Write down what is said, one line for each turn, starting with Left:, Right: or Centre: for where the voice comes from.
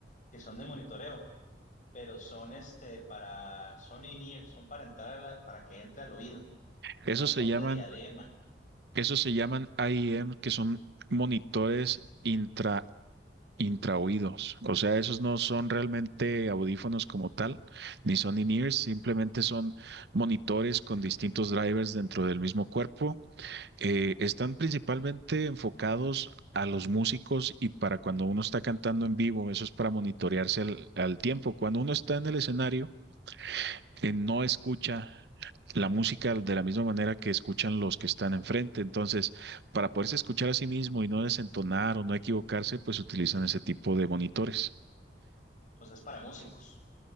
Left: que son de monitoreo. pero son este para, son in-ear, son para entrar, a la- para que entre al oído, no
Right: Esos
Left: son
Right: se llaman,
Left: de diadema,
Right: esos se llaman IEM, que son monitores intra, intraoídos. O sea, esos no son realmente audífonos como tal, ni son in-ears, simplemente son monitores con distintos drivers dentro del mismo cuerpo. Eh, están principalmente enfocados a los músicos y para cuando uno está cantando en vivo, eso es para monitorearse al al tiempo. Cuando uno está en el escenario, que no escucha la música de la misma manera que escuchan los que están enfrente. Entonces, para poderse escuchar a sí mismo y no desentonar o no equivocarse, pues utilizan ese tipo de monitores.
Left: o sea, es para músicos.